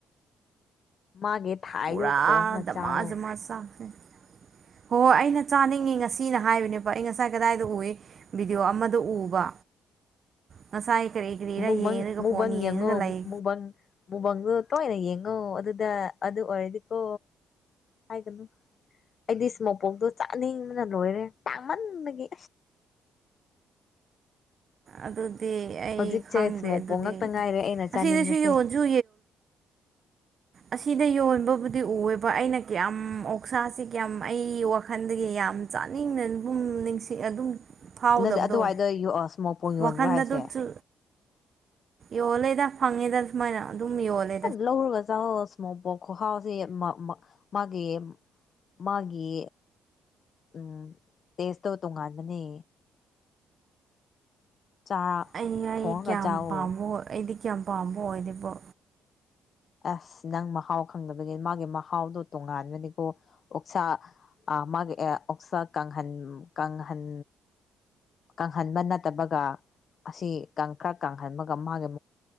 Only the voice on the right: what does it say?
ꯄꯨꯔꯥ
ꯗꯥꯃ‌‌
ꯏꯃꯥ ꯌꯥꯈꯔꯦ꯫ ꯍꯣꯏ ꯍꯣꯏ ꯑꯩꯅ ꯆꯥꯅꯤꯡꯉꯤ ꯉꯁꯤꯅ ꯍꯥꯏꯕꯅꯦꯕꯣ ꯑꯩ ꯉꯁꯥꯏ ꯀꯗꯥꯏꯗ ꯎꯏ꯫ ꯚꯕꯤꯗꯤꯑꯣ ꯑꯃꯗ ꯎꯕ ꯉꯁꯥꯏ꯫ ꯀꯔꯤ ꯀꯔꯤꯔ
ꯌꯦꯡꯉꯒ
ꯐꯣꯟ ꯌꯦꯡꯉꯒ
ꯂꯩ
ꯑꯗꯨꯗꯤ ꯑꯩ
ꯈꯪꯗꯦ
ꯑꯗꯨꯗꯤ
ꯑꯁꯤꯗꯁꯨ
ꯌꯣꯟꯁꯨ ꯑꯁꯤꯗ ꯌꯣꯟꯕꯕꯨꯗꯤ ꯎꯑꯦꯕ ꯑꯩꯅ ꯀꯌꯥꯝ ꯑꯣꯛꯁꯥꯁꯦ ꯀꯌꯥꯝ ꯑꯩ ꯋꯥꯈꯜꯗꯒꯤ ꯌꯥꯝ ꯆꯥꯅꯤꯡꯅ ꯅꯤꯡꯁꯤꯡ ꯑꯗꯨꯝ ꯐꯥꯎꯗꯕꯗꯣ
ꯋꯥꯈꯟꯗ
ꯑꯗꯨ
ꯆ ꯌꯣꯜꯂꯦꯗ ꯐꯪꯉꯦꯗ ꯁꯨꯃꯥꯏꯅ ꯑꯗꯨꯝ ꯌꯣꯜꯂꯦ꯫
ꯑꯩ ꯑꯩ
ꯀꯌꯥꯝ
ꯄꯥꯝꯕ ꯑꯣꯏ ꯑꯩꯗꯤ ꯀꯌꯥꯝ ꯄꯥꯝꯕ ꯑꯣꯏ ꯑꯗꯨꯕꯣ